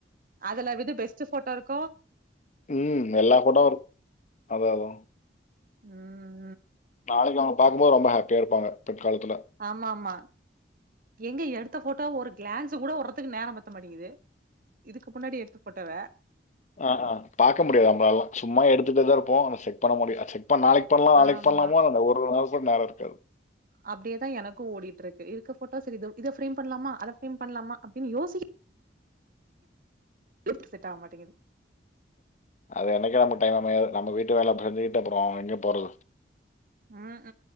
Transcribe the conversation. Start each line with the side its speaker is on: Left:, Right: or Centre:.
Right: அதுல இது பெஸ்ட் போட்டோ இருக்கோ
Left: உம் எல்லா போட்டோ இருக்கு அதா அதா
Right: உம்
Left: நாளைக் அவங்க பாக்கம்போது ரொம்ப ஹாப்பியா இருப்பாங்க பிற்காலத்துல
Right: ஆமா ஆமா எங்க எடுத்த போட்டோவ ஒரு கிளான்ஸ் கூட ஒருரதுக்கு நேரம் பத்த மாட்டங்குது இதுக்கு முன்னாடி எடுத்து போட்டவ
Left: ஆ ஆ பாக்க முடியாது நம்மளாலா சும்மா எடுத்துட்டுதா இருப்போ அத செக் பண்ண முடியா செக் இப்ப நாளைக்கு பண்ணலா நாளைக்கு
Right: ஆமா
Left: பண்ணலா அந்த ஒரு நாள் கூட நேரம் இருக்காது
Right: அப்டியேதா எனக்கு ஓடிட்ருக்கு இருக்க ஃபோட்டோ செரி இது இத ஃப்ரேம் பண்லாமா அத ஃப்ரேம் பண்ணலாமா அப்டின்னு யோசிக்க <inaudible> செட்டடாக மாட்டேங்குது
Left: அது என்னைக்கு நமக் டைம் அமையாது நம்ம வீட்டு வேல செஞ்சுட்டு அப்புறோ எங்க போறது
Right: ம்ஹு